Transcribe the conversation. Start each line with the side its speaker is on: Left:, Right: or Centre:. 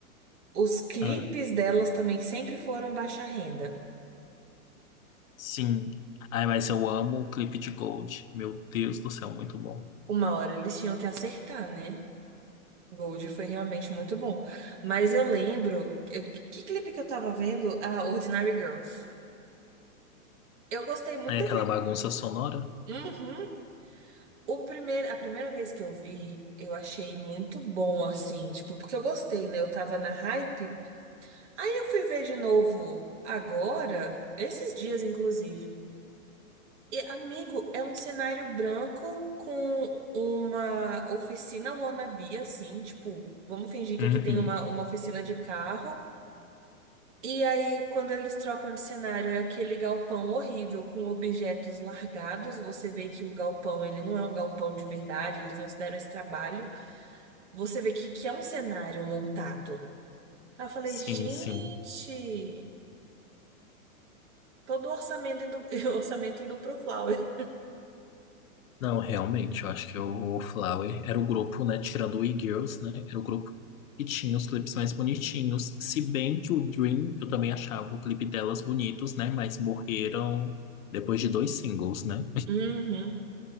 Right: Os clipes
Left: Ah,
Right: delas também sempre foram baixa renda.
Left: sim. Ai, mas eu amo o clipe de Gold. Meu Deus do céu, muito bom.
Right: Uma hora eles tinham que acertar, né? Gold foi realmente muito bom. Mas eu lembro. eu- que clipe que eu tava vendo? Ah, Ordinary Girls. Eu gostei muito
Left: Aí
Right: do
Left: aquela
Right: clipe.
Left: bagunça sonora?
Right: Uhum. O primeiro, a primeira vez que eu vi, eu achei muito bom, assim, tipo, porque eu gostei, né? Eu tava na hype. Aí eu fui ver de novo agora, esses dias, inclusive. E, amigo, é um cenário branco com uma oficina wannabe, assim, tipo, vamos fingir que
Left: Uhum.
Right: aqui tem uma, uma oficina de carro. E aí, quando eles trocam de cenário, é aquele galpão horrível com objetos largados. Você vê que o galpão, ele não é um galpão de verdade, eles não se deram esse trabalho. Você vê que, que é um cenário montado. Aí eu falei,
Left: Sim,
Right: gente,
Left: sim.
Right: todo o orçamento indo, <laughs> o orçamento indo pro Flower.
Left: Não, realmente, eu acho que o Flower era o grupo, né, tirando o E-Girls, né, era o grupo que tinha os clipes mais bonitinhos, se bem que o Dream, eu também achava o clipe delas bonitos, né, mas morreram depois de dois singles, né.
Right: Uhum.